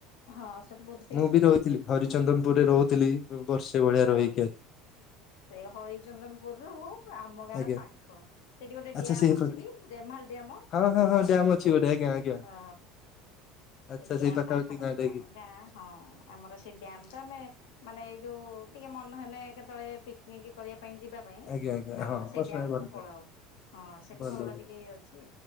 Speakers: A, on the left (about 80°); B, on the left (about 45°).
A: ହଁ ସେଠୁ ବହୁତ ଟିକେ
B: ମୁଁ
A: ଦୂର
B: ବି ରହିଥିଲି ହରି ଚନ୍ଦନପୁରରେ ରହୁଥିଲି ଉଁ ବର୍ଷେ ଭଳିଆ
A: ହଁ
B: ରହି
A: ସେ ହରିଚନ୍ଦନପୁରରୁ ଆମ ଗାଁଟା
B: ଆଜ୍ଞା
A: ପାଖ ସେଠି ଗୋଟେ
B: ଆଚ୍ଛା
A: ଡ୍ୟାମ
B: ସେଇ ପଟେ
A: ଅଛିି ବି ରେମ୍ହାଲ ଡିଆମ।
B: ହଁ ହଁ ହଁ ଡ୍ୟାମ୍ ଅଛି ଗୋଟେ ଆଜ୍ଞା ଆଜ୍ଞା।
A: ହଁ।
B: ଆଚ୍ଛା
A: ସେ ଡ୍ୟାମ୍
B: ସେଇ
A: ପାଖାପାଖି
B: ଗାଁଟା
A: ଆମ
B: କି
A: ଗାଁ ହଁ ଆମର ସେ ଡ୍ୟାମ୍ ତ ଆମେ ମାନେ ଏଇ ଯୋଉ ଟିକେ ମନ ହେଲେ କେତୋଳେ ପିକନିକ୍ କରିବା ପାଇଁ ଯିବା ପାଇଁ
B: ଆଜ୍ଞା ଆଜ୍ଞା
A: ଆମେ
B: ହଁ
A: ତ ସେଇ
B: ପର୍ସନାଲ
A: ଡ୍ୟାମ୍
B: ଭଲ
A: କୁ
B: ଭଲ।
A: ପଳାଉ। ହଁ ସେଠି
B: ଭଲ
A: ଟିକେ ଇଏ ଅଛି